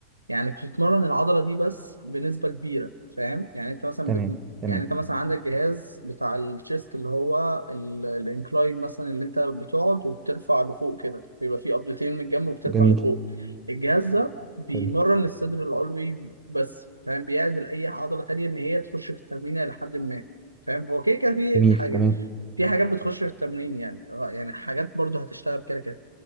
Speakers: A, on the right (about 85°); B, on the right (about 20°).
A: يعني بتتمرن العضلة دي بس بنسبة كبيرة فاهم يعني انت مثلا
B: تمام
A: بت...
B: تمام
A: يعني انت مثلا عندك جهاز بتاع الشيست اللي هو ال- الانكلاين مثلا اللي انت بتقعد وبترفع لفوق كده بيبقى فيه قبضتين من الجنب وبترفع
B: جميل
A: لفوق الجهاز ده بيمرن
B: حلو
A: الصدر العلوي بس فاهم بيعزل اي عضلة تانية ان هي تخش في التمرين الى حد ما فاهم هو كده كده في
B: جميل
A: حاجات
B: تمام
A: في حاجات بتخش في التمرين يعني يعني حاجات برضه هتشتغل كده كده